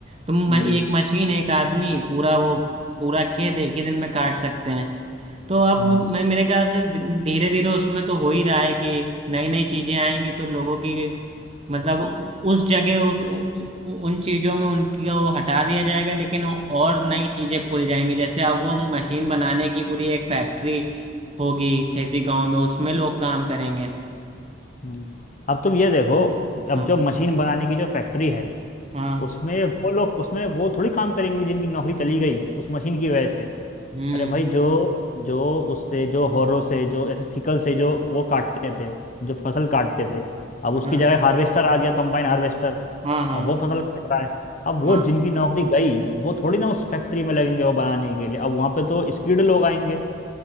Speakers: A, on the right; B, on the left.
A: तो म-
B: हम्म
A: एक मशीन एक आदमी पूरा वो पूरा खेत एक ही दिन में काट सकते हैं तो अब
B: हाँ
A: मैं मेरे ख्याल से धीरे धीरे उसमें तो हो ही रहा है कि नई नई चीजें आएंगी तो लोगों की मतलब उ- उस जगह उस उ, उ, उन चीजों में उनकी वो हटा दिया जाएगा लेकिन और नई चीजें खुल जाएंगी जैसे अब वो मशीन बनाने की पूरी एक फैक्ट्री होगी
B: हम्म।
A: किसी गांव में उसमें लोग काम करेंगे
B: हम्म। अब तुम ये देखो अब
A: हाँ
B: जो मशीन बनाने की जो फैक्ट्री है
A: हाँ
B: उसमें वो लोग उसमें वो थोड़ी काम करेंगे जिनकी नौकरी चली गई उस मशीन की वजह से
A: हम्म
B: अरे भाई जो जो उससे जो हौरों से जो ऐसे सिकल से जो वो काटते थे जो फसल काटते थे अब
A: हाँ
B: उसकी जगह हार्वेस्टर आ गया कंबाइन हार्वेस्टर
A: हाँ हाँ
B: अब वो फसल काट रहा है अब वो
A: हाँ
B: जिनकी नौकरी गई वो थोड़ी ना उस फैक्ट्री में लगेंगे वो बनाने के लिए अब वहां पे तो स्किल्ड लोग आएंगे